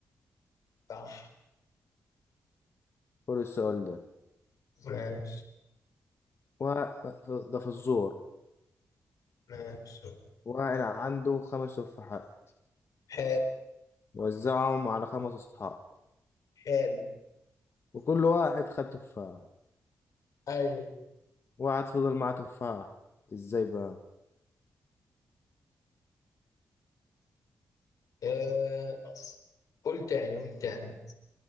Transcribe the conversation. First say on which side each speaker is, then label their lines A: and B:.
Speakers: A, on the left; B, on the left.
A: صح
B: كل السؤال ده
A: ماشي
B: و ده في الزور
A: ماشي
B: واحد عنده خمس تفاحات
A: حال
B: وزعهم على خمس أصحاب
A: حال
B: وكل واحد خد تفاح
A: ايوه
B: واحد فضل معاه تفاح ازاي بقى
A: آه. قول تاني قول تاني